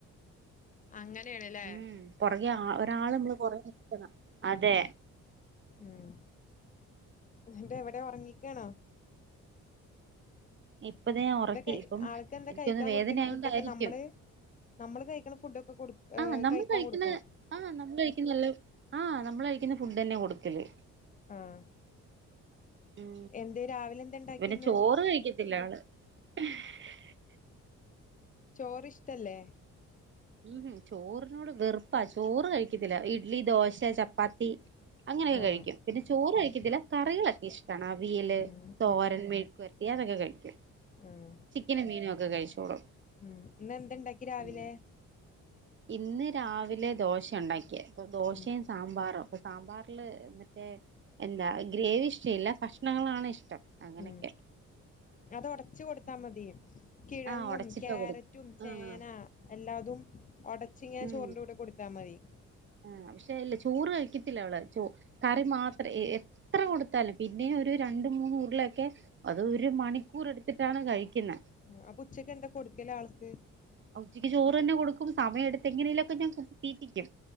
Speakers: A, on the left; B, on the right.
A: അങ്ങനെയാണ്ല്ലേ
B: ഉം പൊറകെ ആള് ഒരാള് മ്മള് പൊറകെനിക്കണം അതെ
A: ഉം എന്റെ എവിടെ ഒറങ്ങിക്കാണോ
B: ഇപ്പതെ ഞാഒറക്കി
A: കൈ
B: ഇപ്പം
A: ആൾക്ക് എന്താ
B: എനിക്കോന്ന്
A: കഴിക്കാൻ
B: വേദനയായോണ്ടാരിക്കും
A: കൊടുക്കല് ഫുഡൊക്കെ നമ്മള് നമ്മള് കഴിക്കണ ഫുഡൊക്കെ കൊടു
B: ആഹ് നമ്മൾ
A: കഴിക്കാൻ
B: കഴിക്കുന്ന
A: കൊടുക്കോ
B: ആഹ് നമ്മ കഴിക്കുന്നെല്ലാം ആഹ് നമ്മളഴിക്കുന്ന ഫുഡെന്ന കൊടുക്കല്
A: ആഹ്
B: ഉം
A: എന്തേ രാവിലെ എന്താ ഇണ്ടാക്കിന്ന്
B: പിന്നെ ചോറ് കഴിക്കത്തില്ല ആള് <unintelligible>
A: ചോറിഷ്ടല്ലെ
B: ഊഹ് ചോറിനോട് വെറുപ്പാ ചോറ് കഴിക്കത്തില്ല ഇഡ്ലി ദോശ ചപ്പാത്തി അങ്ങനെക്കെ
A: ആഹ്
B: കഴിക്കും പിന്നെ ചോറ് കഴിക്കതില
A: ഉം
B: കറികളൊക്കിഷ്ടാണ് അവിയല്
A: ഉം
B: തോരൻ
A: ഉം
B: മെഴ്ക്ക് പെര- യതൊക്കെ കഴിക്കും
A: ഉം
B: ചിക്കനും മീനും ഒക്കെ കഴിച്ചോളും
A: ഉം ഇന്നെന്തെണ്ടാക്കി രാവിലെ
B: ഉം ഇന്ന് രാവിലെ ദോശ ഒണ്ടാക്കിയെ ദോശേം
A: ഉം
B: സാമ്പാറും അപ്പൊ സാമ്പാറില് മറ്റേ എന്താ ഗ്രേവി ഇഷ്ടീല്ല കഷ്ണങ്ങളാണ് ഇഷ്ടം അങ്ങനൊക്കെ
A: ഉം അത് ഒടച്ച്കൊടുത്താ മതി കിഴങ്ങും
B: ആഹ് ഉടച്ചിട്ടാ
A: ക്യാരറ്റും
B: കൊടുക്ക
A: ചേന
B: ആഹ്
A: എല്ലാതും ഒടച്ചിങ്ങ
B: ഉം
A: ചോറിന്റൂടെ കൊടുത്താമതി
B: ആഹ് പഷെല്ലെ ചോറ് കഴിക്കത്തില്ലവള് ചോ കറി മാത്- എത്ര കൊടുത്താലും പിന്നേം ഒരു രണ്ട് മൂന്നുരുളെക്കെ അത് ഒരു മണിക്കൂറെട്- ത്തിട്ടാണ് കഴിക്കുന്നെ
A: ആഹ് അപ്പൊ ഉച്ചക്കെന്താ കൊടുക്കലാൾക്ക്
B: ഉച്ചയ്ക്ക് ചോറന്നെ കൊടുക്കും സമയെടുത്തെങ്ങനേലൊക്കെ ഞാ കുത്തിതീറ്റിക്കും